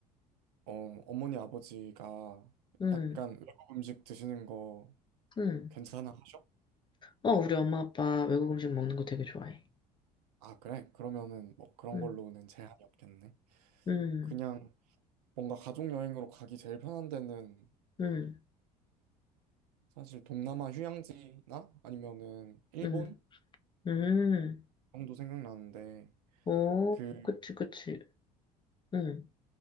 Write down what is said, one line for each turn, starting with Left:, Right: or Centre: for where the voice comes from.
Right: 어, 어머니, 아버지가
Left: 응.
Right: 약간 외국 음식 드시는 거
Left: 응.
Right: 괜찮아 하셔?
Left: 어, 우리 엄마 아빠 외국 음식 먹는 거 되게 좋아해.
Right: 아, 그래? 그러면은 뭐 그런
Left: 응,
Right: 걸로는 제한이 없겠네.
Left: 응,
Right: 그냥 뭔가 가족 여행으로 가기 제일 편한 데는
Left: 응,
Right: 사실 동남아 휴양지나 아니면은 일본
Left: 응, 응.
Right: 정도 생각나는데
Left: 오,
Right: 그 음.
Left: 그치, 그치. 응,